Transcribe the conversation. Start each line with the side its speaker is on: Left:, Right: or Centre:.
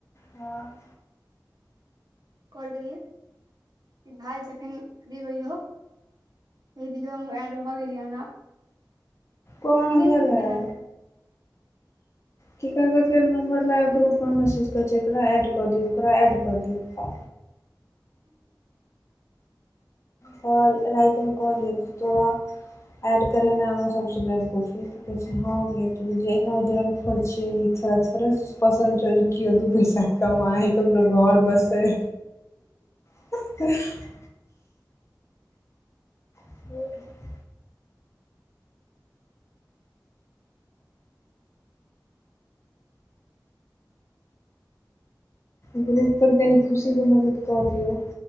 Left: हँ
Right: कय देलियै कि भाय जखैन फ्री होइ हो कहि दियौ हमहुं एड भऽ गेलियै हन आब
Left: पागल
Right: तीने दिन पर
Left: है
Right: केने रहै
Left: केकर केअर नम्बर लए कऽ ग्रुपमे मैसेज करै छै एकरा एड कऽ दियौ ओकरा एड कऽ दियौ। काॅल राइतिमे कहलियै जे तोरा एड करेनाइ सब से बेबकूफी यै, कहै छै हँ गई <unintelligible> सर <unintelligible> पसन्द छै जे केओ, दू पैसा कमाइ ककरो घर बसै <inaudible> <inaudible> ग्रुप पर कनि खुशीके मदद कऽ दियौ